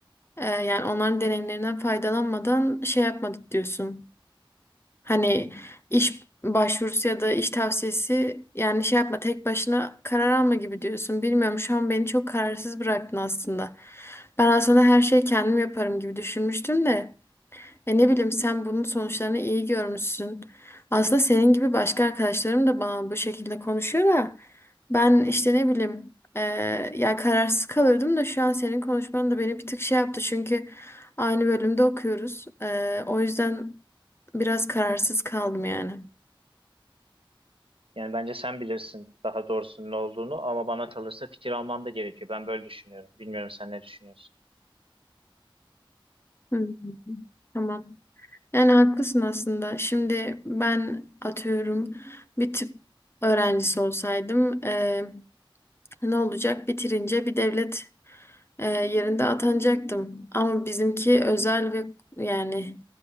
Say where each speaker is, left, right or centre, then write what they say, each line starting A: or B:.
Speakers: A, on the left; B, on the right.
A: e, yani onların deneyimlerinden faydalanmadan şey yapmadık diyorsun. Hani iş başvurusu ya da iş tavsiyesi yani şey yapma tek başına karar alma gibi diyorsun. Bilmiyorum şu an beni çok kararsız bıraktın aslında. Ben aslında her şeyi kendim yaparım gibi düşünmüştüm de. E ne bileyim sen bunun sonuçlarını iyi görmüşsün. Aslında senin gibi başka arkadaşlarım da bana bu şekilde konuşuyor da ben işte ne bileyim e, ya kararsız kalıyordum da şu an senin konuşman da beni bir tık şey yaptı çünkü aynı bölümde okuyoruz. E, o yüzden biraz kararsız kaldım yani.
B: Yani bence sen bilirsin daha doğrusunun ne olduğunu ama bana kalırsa fikir alman da gerekiyor. Ben böyle düşünüyorum. Bilmiyorum sen ne düşünüyorsun?
A: Hı hı. Tamam. Yani haklısın aslında. Şimdi ben atıyorum bir tıp öğrencisi olsaydım eee, ne olacak? Bitirince bir devlet Ee, yerinde atanacaktım. Ama bizimki özel ve yani